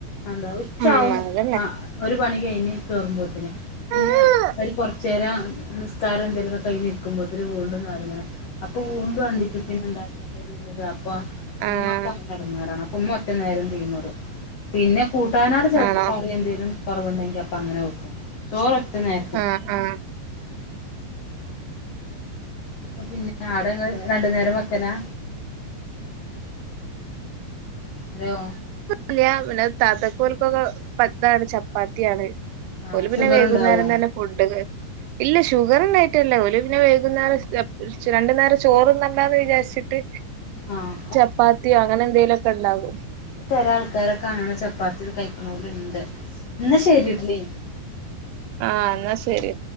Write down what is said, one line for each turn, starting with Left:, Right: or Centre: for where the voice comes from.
Left: അന്താ ഉച്ചാവും
Right: ഉം അതന്നെ
Left: ആ ഒരു പണി കഴിഞ് കേറുമ്പോത്തിന് പിന്നെ
Right: ആഹ്
Left: ഒര് കുറ്ച്ചേരം നിസ്കാരം എന്തെലിലുംക്കെ കയ്യിഞ്ഞ്ര്ക്കുമ്പോത്തിന് വീണ്ടുന്നേരംപോലെ അപ്പൊ വീ ബന്ധിപ്പത്തിന് എന്താണ്ട എന്നുള്ളത് അപ്പൊ
Right: ആഹ്
Left: ഉ്ക്കങ്ങ നടന്നാറാണ് മ്മ ഒറ്റ നേരം ചെയീന്നോടും പിന്നെ കൂട്ടാനാട് ചെറപ്പ
Right: ആണോ
Left: കറിയെന്തേലും കൊറവുണ്ടെങ്കി അപ്പ അങ്ങനെ വെക്കും ചോറ് ഒറ്റ നേര
Right: ആ ആ
Left: അപ്പൊ പിന്നെ ആട രണ്ടു നേരം വെക്കലാ അലോ
Right: ഇല്ല പിന്നെ താതക്കോൽക്കൊക്കെ പത്താണ് ചപ്പാത്തിയാണ്
Left: ആഹ്
Right: ഒല് പിന്നെ
Left: ഷുഗർ
Right: വൈകുന്നേരം
Left: ഉണ്ടാവോ
Right: തന്നെ ഫൊഡ് ക ഇല്ല ഷുഗറ്ണ്ടായിട്ടല്ല ഓല് പിന്നെ വൈകുന്നേരം <unintelligible> രണ്ടു നേരം ചോറ്ന്നണ്ടാന്ന് വിചാരിച്ചിട്ട്
Left: ആഹ്
Right: ചപ്പാത്തിയോ അങ്ങനെ എന്തെലൊക്കെണ്ടാകും
Left: തര ആൾക്കാരൊക്കെ അങ്ങന ചപ്പാത്തി കഴിക്കുന്നോല്ണ്ട് ന്ന ശെരിട്ട്ലി
Right: ആ ന്നാ ശരി